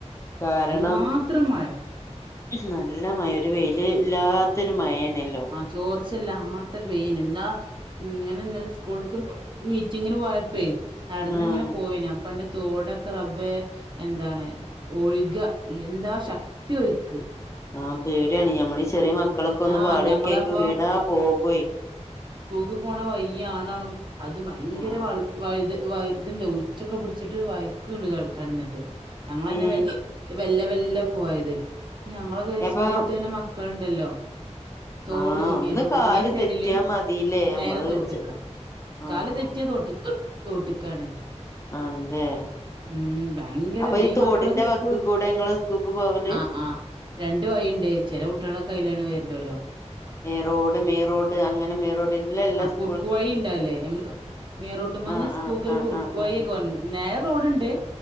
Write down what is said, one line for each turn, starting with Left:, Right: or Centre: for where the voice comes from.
Left: കാരണം
Right: അതിനുമാത്രം മഴ.
Left: നല്ല മഴ ഒരു വെയില് ഇല്ലാത്തൊരു മഴയാണല്ലോ?
Right: ചോർച്ചല്ലാത്തെ പെയിണ് എന്താ ഇങ്ങനെ സ്കൂൾക്ക് മീറ്റിങ്ങിന് പോയപ്പെ നടന്ന്
Left: ആഹ്
Right: ഇങ്ങനെ പോവെനി അപ്പണ്ട് തോടൊക്കെ റബ്ബേ എന്താണ്? ഒഴ്ക എന്താ ശക്തി ഒഴ്ക്ക്.
Left: ആഹ് പേടിയാണ് ഞമ്മള് ചെറിയ മക്കളൊക്കെ ഒന്ന്
Right: ആഹ്
Left: പാളിയോക്കി
Right: ഞങ്ങളപ്പോ
Left: അയ്ക്ക് വീണാ പോക്വേ
Right: ൾക്ക് പോണ വയ്യ് ആണാണും അത് ഭയങ്കര
Left: ആഹ്
Right: വൾ വഴുത് വ ഇതുണ്ട് ഉച്ചൊക്കെ പിടിച്ചിട്ട് വഴക്കണ്ട് കടന്നിട്ട് ഞങ്ങളെന്നെ
Left: ഏ
Right: വ വെല്ല വെല്ല പോയത് അപ്പൊ ഞങ്ങള്
Left: അപ്പൊ
Right: സ്കൂളിട്ട് വര്ണ മക്കൾണ്ടല്ലോ? തോടും
Left: ആ
Right: ഇങ്ങ
Left: ഒന്ന് കാല്
Right: ഇങ്ങേ സൈഡില്
Left: തെറ്റിയാ മതില്ലേ
Right: നേരെ
Left: നമ്മള്
Right: തോട്ട്ക്ക.
Left: ചെ ആഹ്
Right: കാല് തെറ്റിയാ തോട്ട് തോട്ടക്കാണ്.
Left: ആണ്ല്ലേ?
Right: ഉം ഭയങ്കരം
Left: അപ്പൊ
Right: ഈ
Left: തോടിന്റെ
Right: മക്കളക്കെ
Left: വക്ക്
Right: സ്കൂള്
Left: കൂടെ ഇങ്ങള് സ്കൂൾക്ക് പോവല്
Right: ആ ആ രണ്ട് വയിണ്ട് ചെല കുട്ടികളക്കെ അയിലാണ് വരലൊലൊ
Left: ഏ റോഡ് മെയി റോഡ് അങ്ങെനെ മെയി റോഡില്ലെല്ലാ സ്
Right: കുർക്കു വഴി ഇണ്ടാവുലെ <unintelligible> മേയ് റോട്ടുമ്പേന്ന്
Left: ആഹ്
Right: സ്കൂക്കൊരു
Left: ആഹ് ആഹ്
Right: കുറുക്കു
Left: ആഹ് ആഹ്
Right: വയിയൊക്കെ വന്ന് നേരെ റോഡുണ്ട്